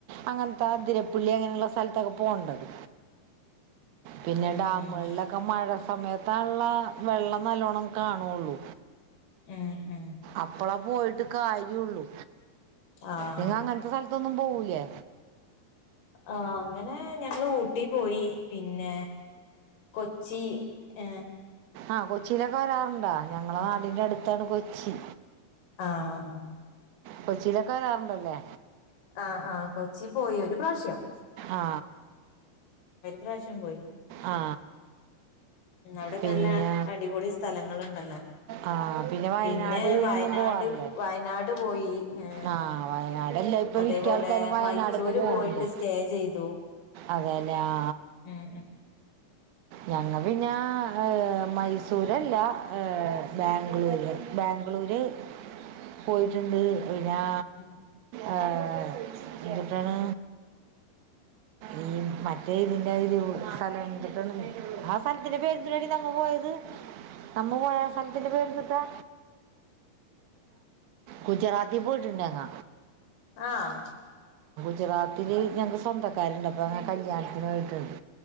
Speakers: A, on the right (about 85°); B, on the left (about 70°).
A: അങ്ങന അതിരപ്പുള്ളി അങ്ങനെയുള്ളള്ള സ്ഥലത്തൊക്കെ പോകേണ്ടത് പിന്നെ
B: ഉം
A: ഡാമുകളിലൊക്കെ
B: ഉം
A: മഴ സമയത് ആണല്ലോ വെള്ളം നിറയെ കാണത്തുള്ളൂ
B: ഉം ഉം
A: അപ്പളാ പോയിട്ട് കാര്യള്ളു
B: ആഹ്
A: നിങ്ങ അങ്ങനത്തെ സ്ഥലത്തൊന്നും പോവുല്ലേ
B: ആഹ് അങ്ങനെ ഞങ്ങള് ഊട്ടി പോയി പിന്നെ കൊച്ചി ഏ
A: ആഹ് കൊച്ചിയിലൊക്കെ വരാറുണ്ടാ ഞങ്ങളെ
B: ആഹ്
A: നാടിന്റെ അടുത്ത് താണുകൊച്ചി
B: ആഹ്
A: കൊച്ചിലെക്കെ വരാറുണ്ടല്ലേ
B: ആഹ ആഹ കൊച്ചി പോയി ഒരു പ്രാവശ്യം
A: ആ
B: പ്രാവശ്യം പോയി
A: ആ ആ
B: അവിടെ
A: പിന്നെ
B: നല്ല അടിപൊളി സ്ഥലങ്ങളുണ്ടല്ലോ
A: ആ വയനാട്
B: പിന്നെ വയനാട്
A: ഒന്നും പോവാറില്ലേ
B: വയനാട് പോയി ഏഹ്
A: ആ വയനാട് എല്ല ഇപ്പൊ
B: അതേപോലെ
A: മിക്ക ആൾക്കാരും വയനാടൊക്കെ
B: മൈസൂര്
A: പോണ്ട്
B: പോയിട്ട് സ്റ്റേ ചെയ്തു
A: അതെല്ലേ ആ
B: ഉം
A: ഞങ്ങ പിന്നെ മൈസൂര് അതല്ല ബാംഗ്ലൂര് ബാംഗ്ലൂര് പോയിട്ടിണ്ട് പിന്നാ
B: ഉം
A: ആ പിന്നെന്താണ് ഈ മറ്റേ ഇതിന്റെ ഇത് സ്ഥലിട്ട ആ സ്ഥലത്തിന്റെ പേരെന്തിരാടി നമ്മൾ പോയത് നമ്മ പോയ സ്ഥലത്തിന്റെ പേര്ന്തുട്ടാ ഗുജറാ അതി പോയിട്ടുണ്ടങ്ങ
B: ആഹ
A: ഗുജറാത്തിൻ ഞങ്ങക്ക് സ്വന്തക്കാരുണ്ട് അപ്പൊ കല്യാണത്തിന് പോയിട്ടുണ്ട്